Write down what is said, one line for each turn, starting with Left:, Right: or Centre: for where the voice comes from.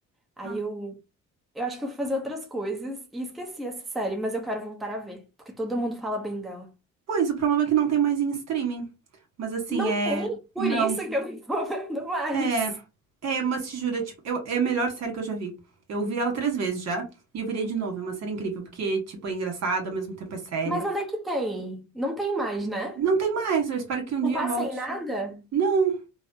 Centre: Aí
Right: Ah,
Centre: eu, eu acho que eu fui fazer outras coisas e esqueci essa série, mas eu quero voltar a ver, porque todo mundo fala bem dela.
Right: pois, o problema é que não tem mais em streaming. Mas assim,
Centre: Não
Right: é.
Centre: tem, por
Right: Não.
Centre: isso que eu não tô <laughs> vendo mais.
Right: É, é, mas te juro, é tipo, eu- é a melhor série que eu já vi. Eu vi ela três vezes já, e eu virei de novo. É uma série incrível, porque, tipo, é engraçada, ao mesmo tempo é séria.
Centre: Mas onde é que tem? Não tem mais, né?
Right: Não tem mais, eu espero que um dia
Centre: Não passa
Right: volte.
Centre: em nada?
Right: Não,